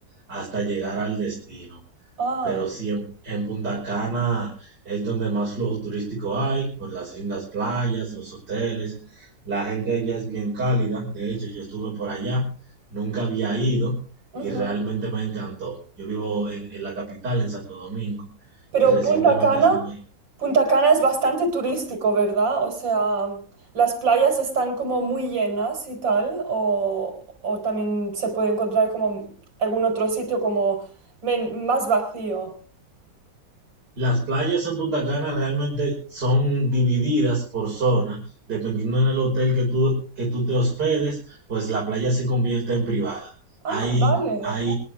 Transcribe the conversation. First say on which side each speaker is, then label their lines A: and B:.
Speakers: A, on the right (about 60°); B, on the right (about 80°).
A: hasta llegar al destino.
B: Ah.
A: Pero sí, en, en Punta Cana es donde más flujo turístico hay, por las lindas playas, los hoteles. La gente allá es bien cálida. De hecho, yo estuve por allá, nunca había ido
B: Ujú.
A: y realmente me encantó. Yo vivo en, en la capital, en Santo Domingo,
B: Pero
A: y recientemente
B: Punta Cana,
A: estuve
B: Punta Cana es bastante turístico, ¿verdad? O sea, las playas están como muy llenas y tal, o, o también se puede encontrar como algún otro sitio como men- más vacío.
A: Las playas en Punta Cana realmente son divididas por zona, dependiendo del hotel que tú, que tú te hospedes, pues la playa se convierte en privada.
B: Ah,
A: Hay,
B: vale.
A: hay,